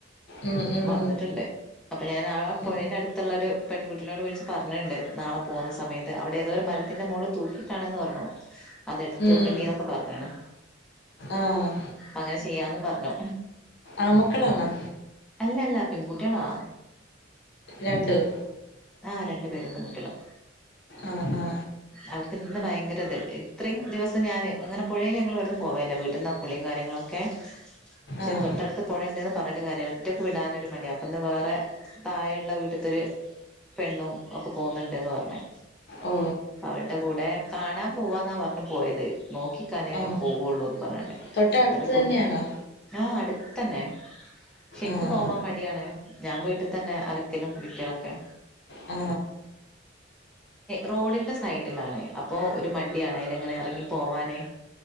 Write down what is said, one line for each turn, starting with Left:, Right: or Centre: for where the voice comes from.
Left: ഉം ഉം
Centre: വന്ന്ട്ട്ണ്ട് അപ്പ ഞാൻ ആ
Left: ഉം
Centre: പൊഴേന്റെ അട്ത്ത്ള്ള ഒരു പെൺകുട്ടിനോട് വിൾച്ച് പർഞ്ഞിണ്ട് നാളെ പോവുന്ന സമയത്ത് അവടെ ഏതോ ഒരു മര ത്തിന്റെ മോൾല് തൂക്കിട്ടാണന്ന് പറഞ്ഞു അത് എടുത്ത്
Left: ഉം
Centre: വെക്കേണ്ടി ന്നൊക്കെ പർഞ്ഞിണ്
Left: ആഹ്
Centre: അപ്പ അങ്ങനെ ചെയ്യാന്നും പർഞ്ഞു
Left: ആമക്കളാണ
Centre: അല്ല അല്ല പെൺകുട്ടികളാ
Left: രണ്ടും
Centre: ആ രണ്ട് പേരും പെൺകുട്ടിയളാ
Left: ആ ആ
Centre: അവര്ക്ക് ഇന്ന് ഭയങ്കര ഇത് ഇത്രി ദിവസം ഞാന് ഇങ്ങനെ പൊഴേ ഞങ്ങള് ഇവട്ന്ന് പോവേല്ല വീട്ട്ന്ന് കുളീം കാര്യങ്ങളൊക്കെ ക്കെ
Left: ആഹ്
Centre: ചേ തൊട്ടട്ത്ത് പൊഴണ്ട് ന്ന് പർഞ്ഞിട്ട് കാര്യല്ല ഒറ്റക്ക് വിടാനൊരു മടി അപ്പം ഇന്ന് വേറെ തായെള്ള വീട്ട്ത്തൊരു പെണ്ണും ഒക്ക പോവുന്നുണ്ട്ന്ന് പർഞ്ഞ്
Left: ഓ
Centre: അവൾടെ കൂടെ കാണാം പോവാന്നാ പർഞ്ഞ് പോയത് നോക്കിക്കാനേ
Left: ആഹ്
Centre: പോവോള്ളൂ ന്ന് പർഞാണ്ട്
Left: തൊട്ടടുത്ത്
Centre: ന്നട്ട് <unintelligible>
Left: തന്നെയാണോ
Centre: ആ അട്ത്തന്നെ പക്ഷെ ഇൻക്ക്
Left: ആഹ്
Centre: പോവാം മടിയാണ് ഞാൻ വീട്ട് തന്നെ അലക്കലും കുളിക്കലൊക്കെ
Left: ആ
Centre: റോഡ്ന്റെ സൈഡിലാണ് അപ്പോ ഒരു മടിയാണ് അയിലങ്ങനെ എർങ്ങി പോവാന്